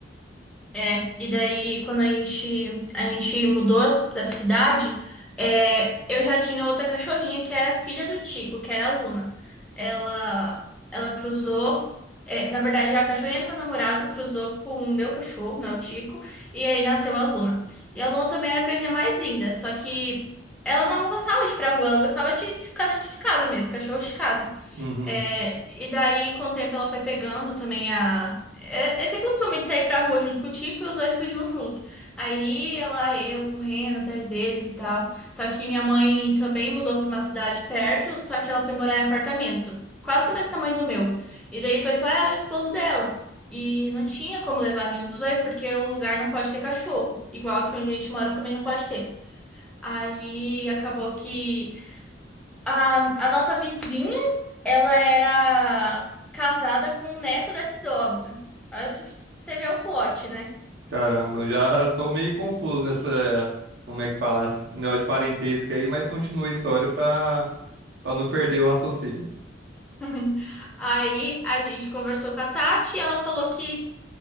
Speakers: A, in the centre; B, on the right (about 65°).
A: É, e daí quando a gente, a gente mudou da cidade, é, eu já tinha outra cachorrinha que era filha do Tico, que era a Luna. Ela, ela cruzou, é, na verdade a cachorrinha do meu namorado cruzou com o meu cachorro, né, o Tico, e aí nasceu a Luna. E a Luna também era a coisinha mais linda, só que ela não gostava de ir pra rua, ela gostava de, de ficar dentro de casa mesmo, cachorro de casa.
B: Uhum.
A: É, e daí, com o tempo, ela foi pegando também a. é- Esse costume de sair pra rua junto com o Tico e os dois fugiam junto. Aí ela, eu correndo atrás deles e tal. Só que minha mãe também mudou pra uma cidade perto, só que ela foi morar em apartamento, quase do mesmo tamanho do meu. E daí foi só ela e o esposo dela. E não tinha como levar nenhum dos dois, porque o lugar não pode ter cachorro. Igual que onde a gente mora também não pode ter. Aí acabou que a, a nossa vizinha, ela era casada com o neto dessa idosa. Aí Você vê o plot, né?
B: Caramba, eu já <laughs> tô meio confuso nessa, como é que fala, nessa negócio de parentesco aí, mas continua a história pra, pra não perder o raciocínio.
A: <laughs> Aí a gente conversou com a Tati e ela falou que.